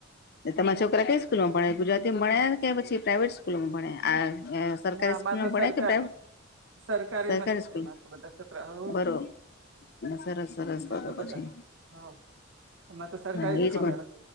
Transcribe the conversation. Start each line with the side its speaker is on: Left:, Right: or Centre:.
Left: તમાર છોકરા કઈ સ્કૂલમાં ભણે ગુજરાતીમાં ભણે કે પછી પ્રાાઈવેટ સ્કૂલોમાં ભણે આ સરકારી
Right: ના, આમાર
Left: સ્કૂલમાં
Right: તો
Left: ભણ્યા
Right: સરકાર
Left: કે પ્રાઇવેટ
Right: સરકારીમાં
Left: સરકારી
Right: જ છે
Left: સ્કૂલ
Right: મારાતો બધાં છોકરાઓ.
Left: બરોબર સરસ સરસ
Right: અમાર તો બધાં
Left: પછી
Right: હ. એમાં તો સરકારી
Left: હા
Right: જ
Left: એજ
Right: ફાવે
Left: પણ